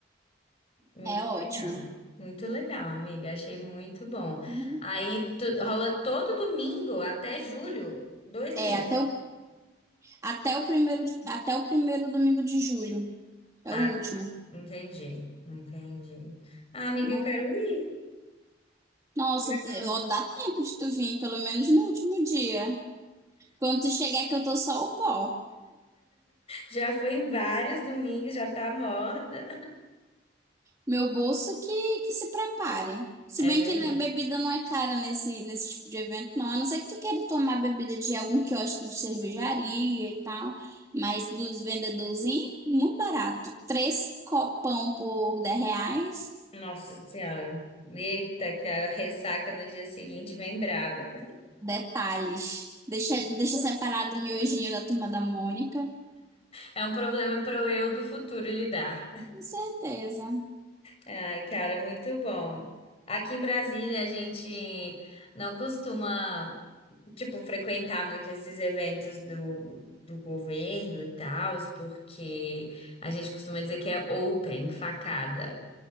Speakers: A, on the left; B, on the right.
A: Muito
B: é ótimo.
A: legal. Muito legal, amiga. Achei muito bom.
B: Uhum.
A: Aí tu- rola todo domingo até julho, dois
B: É,
A: meses.
B: até o, até o primeiro, de- até o primeiro domingo de julho, é
A: Ah,
B: o último.
A: tá. Entendi, entendi. Ah, amiga,
B: No-
A: eu quero ir.
B: Nossa,
A: <laughs>
B: ó, dá tempo de tu vir, pelo menos no último dia. Quando tu chegar que eu tô só o pó.
A: Já foi em vários domingos, já tá morta.
B: Meu bolso que, que se prepare. Se
A: É
B: bem
A: verdade.
B: que né, bebida não é cara nesse, nesse tipo de evento, não. A não ser que tu queira tomar bebida de algum quiosque de cervejaria e tal. Mas dos vendedorzinhos, muito barato. Três copão por dez reais.
A: Nossa Senhora. Eita, que a ressaca no dia seguinte vem braba.
B: Detalhes. Deixa, deixa separado o miojinho da turma da Mônica.
A: É um problema para o eu do futuro lidar.
B: Com certeza.
A: Ai, cara, muito bom. Aqui em Brasília, a gente não costuma, tipo, frequentar muito esses eventos do, do governo e tal, porque a gente costuma dizer que é open, facada,